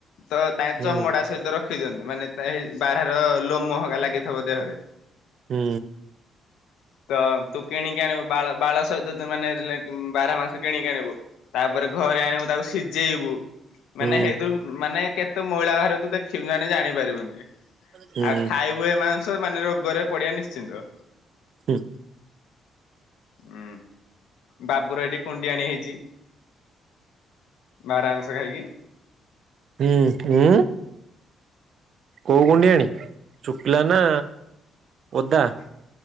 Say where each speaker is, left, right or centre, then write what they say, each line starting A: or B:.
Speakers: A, on the left (about 80°); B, on the right (about 60°).
A: ତ ତା
B: ହୁଁ
A: ଚମଡା ସହିତ ରଖି ଦିଅନ୍ତି ମାନେ ତାହେଇ ବାରାର ଲୋ ମହେରିକା ଲାଗିଥିବ ଦେହରେ।
B: ହୁଁ।
A: ହ ତ ତୁ କିଣିକି ଆଣିବୁ ବାଳ ବାଳ ସହିତ ମାନେ ବାରାହା ମାସଂ କିଣିକି ଆଣିବୁ। ତାପରେ ଘରେ ଆଣିବୁ ତାକୁ ସିଜେଇବୁ।
B: ହୁଁ
A: ମାନେ ହେଇଥିରୁ ମାନେ କେତେ ମଇଳା ବହାରିବ ତୁ ଦେଖିବୁ ମାନେ ଜାଣିପାରିବୁ। ଆଉ
B: ହୁଁ
A: ଖାଇବୁହେ ମାଂସ ମାନେ ରୋଗରେ ପଡିବା ନିଶ୍ଚିନ୍ତ।
B: ହୁଁ।
A: ହୁଁ ବାବୁର ଏଇଠି କୁଣ୍ଡି ଆଣି ହେଇଚି। ବାରା ମାସଂ ଖାଇକି।
B: ହୁଁ ଉଁ। କୋଉ ଗୁଣ୍ଡି ଆଣି ଚୁପିଲା ନା? ଓଦା
A: ଏ